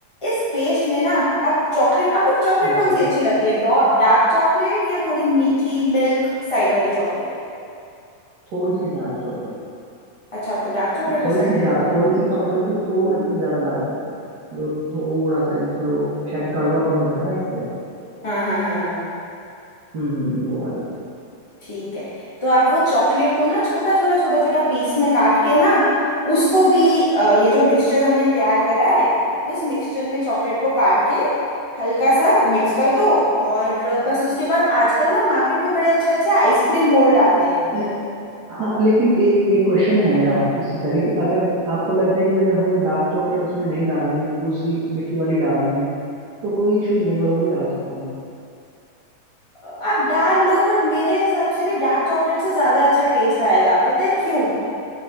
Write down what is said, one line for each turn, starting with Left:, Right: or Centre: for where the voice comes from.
Left: इस पेस्ट में ना आप चॉकलेट आपको चॉकलेट
Right: ओके
Left: कौन सी अच्छी लगती है डार्क चॉकलेट या थोड़ी मीठी मिल्क साइड वाली चॉकलेट
Right: थोड़ी सी डार्क चॉकलेट
Left: अच्छा आपको डार्क चॉकलेट पसंद
Right: थोड़ी सी
Left: है
Right: ज्यादा थोड़ी सी का मतलब कि थोड़ी सी ज्यादा डार्क चॉकलेट जो थोड़ा सा है जिसमें वो शायद कड़वापन होता है ना इस टाइप का
Left: हाँ हाँ हाँ हाँ
Right: हम्म हम्म वो वाली
Left: ठीक है तो आप वो चॉकलेट को ना छोटा छोटा छोटा छोटा पीस में काट के ना उसको भी अ, ये जो मिक्सचर हमने तैयार करा है उस मिक्सचर में चॉकलेट को काट के हल्का सा मिक्स कर दो और बस उसके बाद आजकल ना मार्केट में बड़े अच्छे अच्छे आइसक्रीम मोल्ड आते हैं
Right: अ, हाँ लेकिन एक एक क्वेश्चन है मेरा आप इससे पहले कि अगर आपको लगता है कि अगर हमें डार्क चॉकलेट उसमें नहीं डालनी दूसरी मीठी वाली डालनी है तो कोई इशू नहीं है मैं वो भी डाल सकता हूँ
Left: अ, आप डाल लो बट मेरे हिसाब से भी डार्क चॉकलेट से ज़्यादा अच्छा टेस्ट आएगा पता है क्यों